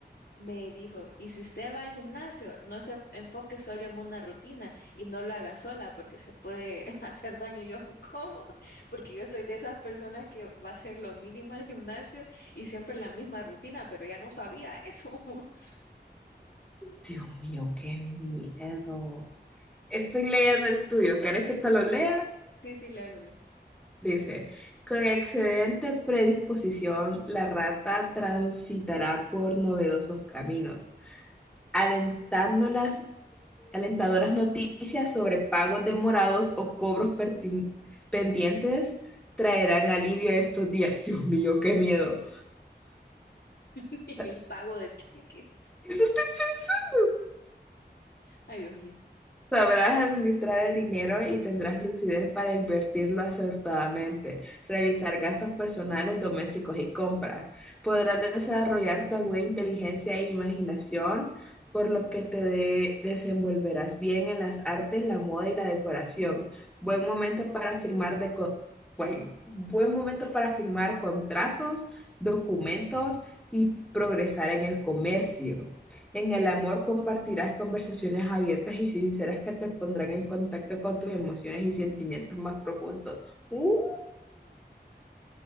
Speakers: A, on the left; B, in the centre.
A: me dijo, y si usted va al gimnasio, no se enfoque solo en una rutina y no lo haga sola porque se puede <laughs> hacer daño. Y Yo, ¿cómo? Porque yo soy de esas personas que va a hacer lo mínimo al gimnasio y siempre la misma rutina, pero ya no sabía eso. <laughs>
B: Dios mío, qué miedo. Estoy leyendo el tuyo. ¿Quieres que te lo lea?
A: Sí, sí, lévelo
B: Dice, con excelente predisposición, la rata transitará por novedosos caminos, alentando las alentadoras noticias sobre pagos demorados o cobros pertin- pendientes traerán alivio a estos días. Dios mío, qué miedo.
A: <laughs>
B: O sea,
A: el pago del cheque.
B: eso estoy pensando.
A: Ay, Dios mío.
B: Sabrás administrar el dinero y tendrás lucidez para invertirlo acertadamente, revisar gastos personales, domésticos y compras. Podrás desarrollar tu aguda inteligencia e imaginación, por lo que te de- desenvolverás bien en las artes, la moda y la decoración. Buen momento para firmar de co- buen buen momento para firmar contratos, documentos y progresar en el comercio. En el amor compartirás conversaciones abiertas y sinceras que te pondrán en contacto con tus emociones y sentimientos más profundos. ¡Uh!